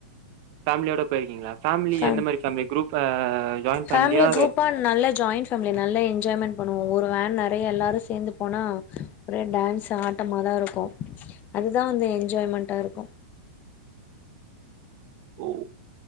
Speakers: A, on the right (about 50°); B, on the left (about 35°).
A: ஃபேமிலியோட போயிருக்கீங்களா
B: <unintelligible>
A: ஃபேமிலி எந்த மாரி ஃபேமிலி குரூப் ஆ ஜாயிண்ட்
B: ஃபேமிலி
A: ஃபேமிலியா
B: குரூப்பா நல்லா ஜாயிண்ட் ஃபேமிலி நல்லா என்ஜாய்மென்ட் பண்ணுவோம் ஒரு வேன் நெறைய எல்லாரும் சேர்ந்து போனா ஒரே டான்ஸ்ஸா ஆட்டமா தான் இருக்கும் அதுதான் வந்து என்ஜாய்மெண்டா இருக்கும்
A: ஓ